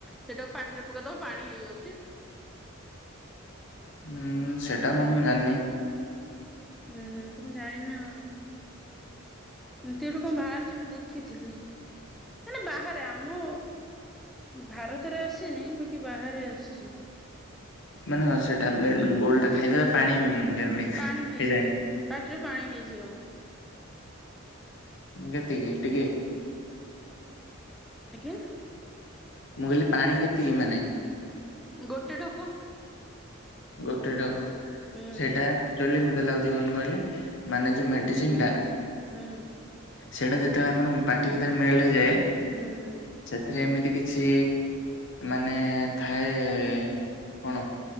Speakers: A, in the centre; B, on the left.
A: ସେଟାକୁ ପାଟିରେ ପକେଇ ଦବ ପାଣି ହେଇଯାଉଛି।
B: ହୁଁ ସେଟା କଣ ମୁଁ ଜାଣିନି।
A: ହୁଁ ହୁଁ ତମେ ଜାଣିନ। ତଇଠୁ କଣ ବାହାରୁଛି ମୁଁ ଦେଖିଥିଲି। ମେ ବାହାରେ ଆମ ଭାରତରେ ଆସିନିଁ ବାକି ବାହାରେ ଆସିଛି।
B: ମାନେ ସେ ଟାବଲେଟ ଗୋଲ ଟା ଖାଇଦେଲେ ପାଣି ଯେମତି ହେଇଯାଏ।
A: ପାଣି ହେଇଯିବ ପାଟିରେ ପାଣି ହେଇଯିବ।
B: ଯେତିକି ଏ ଟିକେ
A: ଆଜ୍ଞା।
B: ମୁଁ କହିଲି ପାଣି ଯେତିକି ମାନେ
A: ଗୋଟେ ଠୋକ।
B: ଗୋଟେ ଧୋକ
A: ହୁଁ
B: ସେଇଟା ଏକ୍ଟୁଏଲୀ ମତେ ମୋତେ ଲାଗୁଛି କଣ କହିଲେ ମାନେ ଯୋଉ ମେଡିସିନ ଟା।
A: ହୁଁ।
B: ସେଇଟା ଯେତେବେଳେ ଆମର ପାଟି ଭିତରେ ମେଲ ହେଇଯାଏ।
A: ହୁଁ।
B: ସେଥିରେ ଏମିତି କିଛି ମାନେ ଥାଏ କଣ?